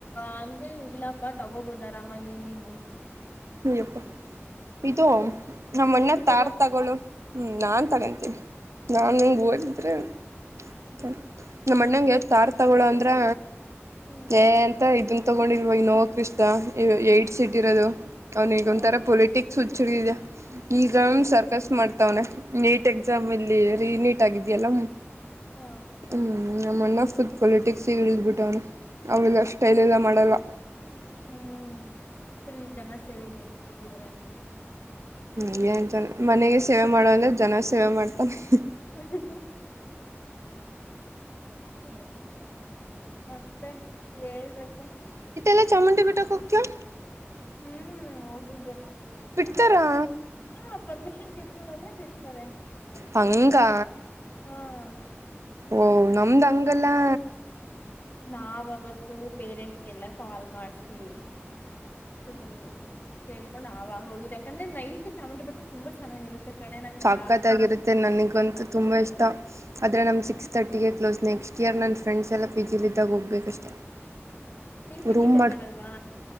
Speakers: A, on the left; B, on the right.
A: ಹಂಗೇನಿಲ್ಲ ಪ ತಗೋಬೋದ್ ಆರಾಮಾಗಿ ನೀವು.
B: ಹ್ ಯಪ್ಪ ಇದು ನಮ್ಮ
A: ನೀನ್
B: ಅಣ್ಣ
A: ತಗೋ
B: ತಾರ್ ತಗೋಳು ಹ್ಮ್ ನಾನ್ ತಗಂತೀನೀ ನಾನ್ ಇಲ್ ಓದಿದ್ರೆ ತನ್ ನಮ್ಮ ಅಣ್ಣಂಗೆ ತಾರ್ ತಗೋಳೋ ಅಂದ್ರೆ
A: ಹ್ಮ್.
B: ಏಯ್ ಅಂತ ಇದು ತಗೊಂಡಿಲ್ವಾ ಇನೋವಾ ಕ್ರಿಸ್ಟಾ ಏ ಏಟ್ ಸೀಟ್ ಇರೋದು. ಅವ್ನಿಗ್
A: ಹೋ
B: ಒಂಥರ ಪೊಲಿಟಿಕ್ಸ್ ಹುಚ್ ಚಳಿ ಇದೆ. ಈಗನು
A: ಓ
B: ಸರ್ಕಸ್ ಮಾಡ್ ತವ್ನೆ ನೀಟ್ ಎಕ್ಸಾಮ್ ಇಲ್ಲಿ ರಿನೀಟ್ ಆಗಿದ್ಯಲ್ಲ.
A: ಹಾ
B: ಉಮ್ ನಮ್ಮ ಅಣ್ಣ ಫುಡ್ ಪೊಲಿಟಿಕ್ಸಿಗೆ ಇಳಿದ್ ಬಿಟ್ಟವ್ನೆ ಅವೆಲ್ಲ ಸ್ಟೈಲೆಲ್ಲ ಮಾಡೋಲ್ಲ.
A: ಹ್ಮ್ ಫುಲ್ ಜನ ಸೇವೆಗ್ ನಿಂತ್ ಬಿಟ್ಟಿದ್ದಾರೆ ಅನ್ನು
B: ಹ್ಮ್ ಏನ್ ಜನ ಮನೆಗೆ ಸೇವೆ ಮಾಡಲ್ಲ ಜನ ಸೇವೆ ಮಾಡ್ತಾನೆ ಹ್
A: ಅಹ್ ಹ್ ಹ್ಹ್ ಹ್ಮ ಮತ್ತೆ ಹೇಳ್ಬೇಕು.
B: ಲ್ಲ ಚಾಮುಂಡಿ ಬೆಟ್ಟಕ್ ಹೋಗ್ತೀಯಾ.
A: ಹ್ಮ್ ಹೋಗಿದ್ದೆ
B: ತಾರಾ.
A: ಹಾ ಪರ್ಮಿಷನ್ ಕೆಳ್ಕೊಂಡು ಹೋದ್ರೆ ಬಿಡ್ತಾರೆ
B: ಹಂಗಾ.
A: ಹಾ.
B: ಓಹ ನಮ್ದ ಹಂಗಲ್ಲಾ.
A: ನಾವವತ್ತು ಪೇರೆಂಟ್ಸ್ಗೆಲ್ಲ ಕಾಲ್ ಮಾಡ್ಸಿ ಫುಲ್ ಕೇಳ್ಕೊಂಡ್ ಆವಾಗ ಹೋಗಿದೆ ಯಾಕಂದ್ರೆ ನೈಟ್ ಚಾಮುಂಡಿ ಬೆಟ್ಟ ತುಂಬಾ ಚೆನ್ನಾಗಿರುತ್ತೆ. ಕಣೆ ನಂಗ
B: ಸಕ್ಕತ್
A: ತು
B: ಆಗಿರುತೆ ನನಗಂತೂ ತುಂಬಾ ಇಷ್ಟ ಆದ್ರೆ ನಮ್ ಸಿಕ್ಸ್ ತರ್ಟಿಗೆ ಕ್ಲೋಸ್ ನೆಕ್ಸ್ಟ್ ಇಯರ್ ನನ್ನ ಫ್ರೆಂಡ್ಸ್ ಎಲ್ಲ ಪಿ ಜಿಲಿದ್ದಾಗ ಹೋಗ್ಬೇಕಷ್ಟೆ
A: ನೀನ್ ಪಿ
B: ರೂಮ್
A: ಜಿ ಸೇರ್ಕಳಲ್ವಾ
B: ಮಾಡ